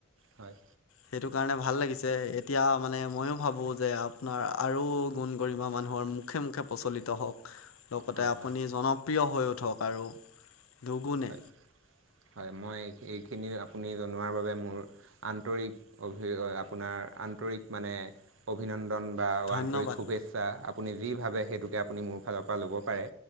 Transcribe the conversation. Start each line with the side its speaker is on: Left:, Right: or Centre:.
Right: হয়
Left: সেইটো কাৰণে ভাল লাগিছে। এতিয়া মানে ময়ো ভাবোঁ যে আপোনাৰ আৰু গুণ-গৰিমা মানুহৰ মু মুখে - মুখে প্ৰচলিত হওঁক, লগতে
Right: হয়
Left: আপুনি
Right: হয়
Left: জনপ্ৰিয় হৈ উঠক আৰু দুগুণে
Right: হয় হয়, মই এইখিনি আপুনি জনোৱাৰ বাবে মোৰ আন্তৰিক অভি- অ'- আপোনাৰ আন্তৰিক মানে অভিনন্দন বা
Left: ধন্যবাদ
Right: আন্তৰিক শুভেচ্ছা। আপুনি যি ভাবে সেইটোকে আপুনি মোৰ ফালৰপৰা ল'ব পাৰে।